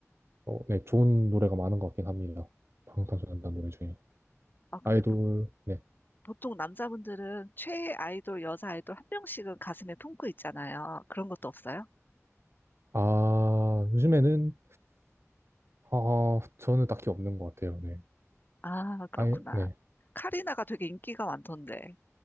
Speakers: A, on the right; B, on the left.
A: 어, 네, 좋은 노래가 많은 것 같긴 합니다. 방탄소년단 노래 중에.
B: 아, 근데
A: 아이돌, 네.
B: 보통 남자분들은 최애 아이돌, 여자 아이돌 한 명씩은 가슴에 품고 있잖아요. 그런 것도 없어요?
A: 아, 요즘에는, 아, 저는 딱히 없는 것 같아요. 네.
B: 아, 그렇구나.
A: 아이, 네.
B: 카리나가 되게 인기가 많던데.